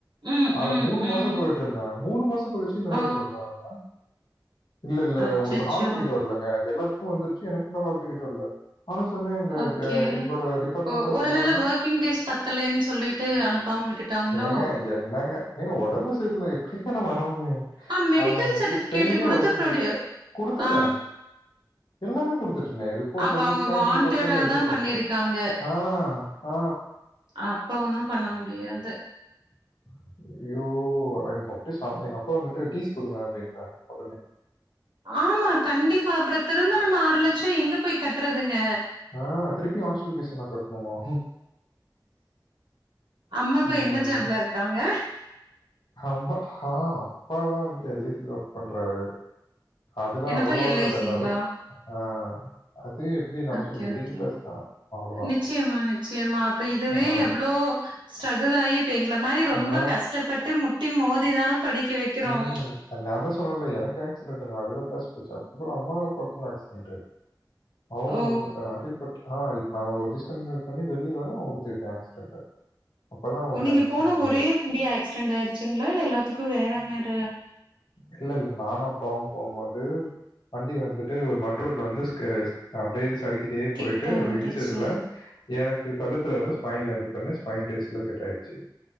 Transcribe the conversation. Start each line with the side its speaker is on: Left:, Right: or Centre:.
Right: ம்
Left: ஆ
Right: ம்
Left: மூணு
Right: ம்
Left: மாசோ போய்ட்ருந்தே மூணு மாச கழிச்சி இந்த மாரி
Right: ஓ
Left: சொல்றாங்கங்க இல்ல இல்ல
Right: அச்சச்சோ
Left: உங்களுக்கு ஹால் டிக்கட் வர்ல்லங்க எனக்கு எல்லாத்துக்கு வந்துருச்சி எனக் தாங்க ஹால் டிக்கட் வரல ஆனா சொன்னேங்க
Right: ஓகே
Left: அ எங்ளோட டிபாட்மென்ட்ல
Right: ஒ ஒருவேள
Left: சொல்றாங்க
Right: ஒர்க்கிங் டேஸ் பத்தலைன்னு சொல்லிட்டு அனுப்பாம விட்டுட்டாங்களோ
Left: ஏங்க என்னங்க ஏங்க ஒடம்பு செரில எப்டிங்க நா வர முடியு
Right: ஆ மெடிக்கல்
Left: ஆக மு
Right: சர்டிபிகேட்
Left: ஸ்பெயினே
Right: குடுத்து
Left: ஒடஞ்சி
Right: ப்ரொடியூ
Left: போச்சி குடுத்துட்ட
Right: ஆ
Left: எல்லாமே குடுத்துட்டனே ரு ரிப்போட்ல
Right: அப்ப
Left: இருந்து
Right: அவங்க
Left: ஸ்கேன்
Right: வாண்டடா
Left: ரிப்போட்லந்து எல்லாமே
Right: தா
Left: குடுத்துட்ட
Right: பண்ணிருக்காங்க
Left: ஆ ஆ
Right: அப்ப ஒன்னு பண்ண முடியாது
Left: <inaudible> ஐய்யோ எனக்கு அப்டியே செமயா எங்க அப்பா வந்துட்டு டி சி குடுங்க அப்டின்ட்டாங்க ஒடனே
Right: ஆமா கண்டிப்பா அப்றோ திரும்ப நம்ம ஆறு லட்சோ எங்க போயி கட்றதுங்க
Left: ஆ திருப்பி ஹாஸ்டல் பீஸு நா கட்னுமா
Right: அம்மா அப்பா
Left: ஆ,
Right: என்ன
Left: நீ
Right: ஜாப்ல இருக்காங்க
Left: அம்மா ஆ அப்பாதா வந்து எல் ஐ சில ஒர்க் பண்றாரு அதெல்லா
Right: என்னப்பா
Left: அவ்ளோவோல்லா
Right: எல் ஐ
Left: இல்ல
Right: சிங்களா
Left: வரு ஆ அது எப்படி நம்ம
Right: ஓகே
Left: சொல்ல மிடில்
Right: ஓகேங்க
Left: கிளாஸ் தான் அவ்வளோதான்
Right: நிச்சயமா நிச்சயமா அப்ப இதுவே
Left: ஆ
Right: எவ்ளோ ஸ்ட்ரகுள் ஆயி இப்ப எங்கள மாரி ரொம்ப
Left: ஆ.
Right: கஷ்டப்பட்டு முட்டி மோதி தான படிக்க வைக்கிறோம்.
Left: ம் அ நாந்தா சொன்னல்ல எனக்கு ஆக்சிடன்ட்ங்க அதுல காசு போச்சி அதுக்கப்றோ அம்மா அப்பாக்கு ஆக்சிடன்ட்டு அவுங்க
Right: ஓ!
Left: கூட அ அடி பட் அ நா ஒரு டிஸ்கன்டினியூ பண்ணி வெளிய வர அவுங்களுக்கு திருப்பி ஆக்சிடன்ட்டு அப்பதா அவுங்களுக்கு
Right: ஓ நீங்க
Left: ஆச்சிடன்ட்
Right: போன
Left: ஆனது
Right: ஒரே வண்டி ஆக்சிடென்ட் ஆயிர்ச்சுங்ளா இல்ல எல்லாத்துக்கு வேற வேற
Left: இல்ல இல்ல நானு அப்பாவூ போ மோது வண்டி வந்துட்டு ஒரு மண்ரோட்ல வந்து ஸ்கே அப்டியே சறிக்கிட்டே
Right: கிட்ட
Left: போய்ட்டு அதுல
Right: ஆயிடுச்சு.
Left: இடிச்சதுல எனக்கு கழுத்துல வந்து பைன்ல அடிபன்னு ஸ்பைன் டிஸ்ல கட் ஆய்ர்ச்சி